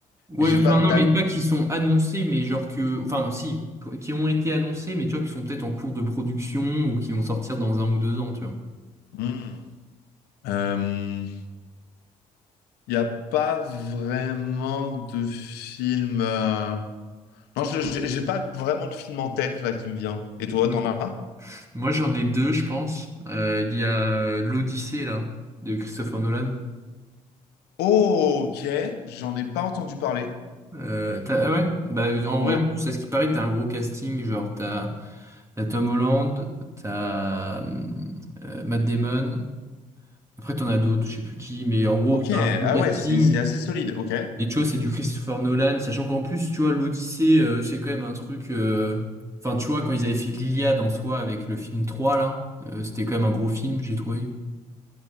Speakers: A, on the right (about 15°); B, on the left (about 80°).
A: Ouais,
B: Et j'ai
A: enfin,
B: pas de
A: non,
B: date.
A: mais pas qui sont annoncés, mais genre que. Enfin, si, qui ont été annoncés, mais tu vois, qui sont peut-être en cours de production ou qui vont sortir dans un ou deux ans, tu
B: Hmm. Euh, Il n'y a pas vraiment de film. euh, Non, je- j'ai j'ai pas vraiment de film en tête là qui me vient. Et toi,
A: vois.
B: t'en as un?
A: Moi, j'en ai deux, je pense. Euh, Il y a euh, l'Odyssée, là, de Christopher Nolan.
B: Oh, OK, j'en ai pas entendu parler.
A: Euh, t'as- ah ouais, bah, en
B: Ouais.
A: vrai, en plus, à ce qui paraît, t'as un gros casting. Genre, t'as t'as Tom Holland, t'as hum, euh, Matt Damon. Après, t'en as d'autres, je sais plus qui, mais en gros,
B: OK,
A: t'as un gros
B: ah
A: casting.
B: ouais, c'est c'est assez solide. OK.
A: Et tu vois, c'est du Christopher Nolan. Sachant qu'en plus, tu vois, l'Odyssée, euh, c'est quand même un truc. euh, Enfin, tu vois, quand ils avaient fait l'Iliade en soi avec le film 3 là, euh, c'était quand même un gros film, j'ai trouvé.